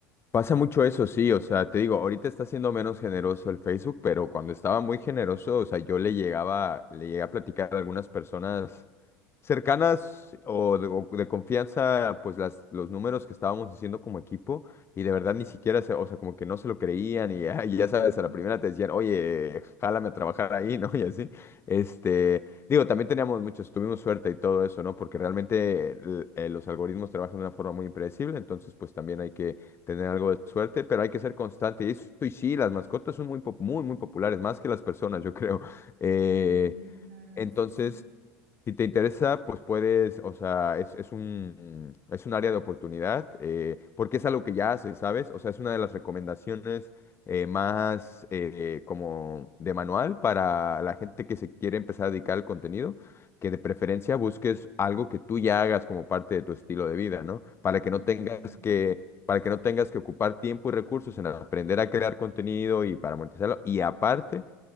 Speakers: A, on the left; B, on the right.
A: Pasa mucho eso, sí, o sea, te digo, ahorita está siendo menos generoso el Facebook, pero cuando estaba muy generoso, o sea, yo le llegaba, le llegué a platicar a algunas personas cercanas o de, o de confianza, pues las, los números que estábamos haciendo como equipo, y de verdad ni siquiera, se, o sea, como que no se lo creían, y, ya- y ya
B: sí
A: sabes, a la primera te decían, oye, jálame a trabajar ahí, ¿no? <laughs> Y así, este, digo, también teníamos muchos, tuvimos suerte y todo eso, ¿no? Porque realmente eh, los algoritmos trabajan de una forma muy impredecible, entonces, pues también hay que tener algo de suerte, pero hay que ser constante. Y eso, y sí, las mascotas son muy, pop- muy, muy populares, más que las personas, yo creo. Eh,
B: Sí, la verdad
A: entonces,
B: es que sí.
A: si te interesa, pues puedes, o sea, es, es un, es un área de oportunidad, eh, porque es algo que ya haces, ¿sabes? O sea, es una de las recomendaciones eh, más eh, como de manual para la gente que se quiere empezar a dedicar al contenido, que de preferencia busques algo que tú ya hagas como parte de tu estilo de vida, ¿no? Para que
B: Ok,
A: no tengas
B: sí,
A: que, para que no tengas que ocupar tiempo y recursos en aprender a crear contenido y para monetizarlo. Y aparte